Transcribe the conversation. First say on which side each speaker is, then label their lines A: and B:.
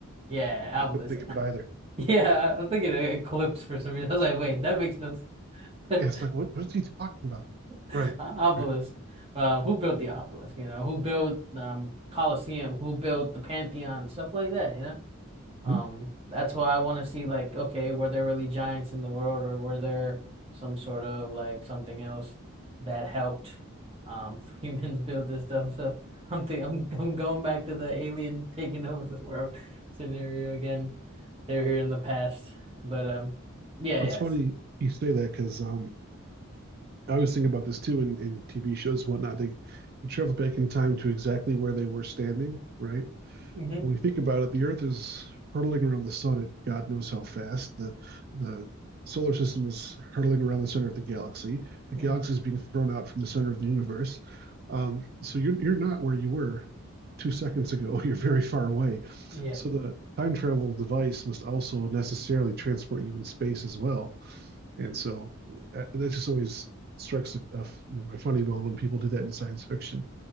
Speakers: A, on the right (about 25°); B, on the right (about 45°).
A: Yeah,
B: I
A: obelisk.
B: couldn't think
A: <laughs>
B: of it either.
A: Yeah, I was thinking of eclipse for some reason. I was like, wait, that makes no sense.
B: Yeah, it's like what, what is he talking about?
A: <laughs>
B: Right,
A: Obelisk.
B: right.
A: Uh, who built the obelisk? You know, who built um Colosseum? Who built the Pantheon? Stuff like that. You know.
B: Hmm?
A: Um, that's why I want to see like, okay, were there really giants in the world or were there some sort of like something else that helped um <laughs> humans build this stuff? So I'm think I'm I'm going back to the alien taking over the world <laughs> scenario again. They're here in the past. But um yeah,
B: It's
A: yes.
B: funny you say that because um, I was thinking about this too in, in TV shows, and whatnot. They travel back in time to exactly where they were standing, right?
A: Mm-hmm.
B: When you think about it, the Earth is hurtling around the sun at God knows how fast. The the solar system is hurtling around the center of the galaxy. The galaxy
A: hmm
B: is being thrown out from the center of the universe. Um, so you're you're not where you were two seconds ago. <laughs> You're very far away.
A: Yeah.
B: So the time travel device must also necessarily transport you in space as well. And so that, that just always strikes a, a f- you know, my funny bone when people do that in science fiction.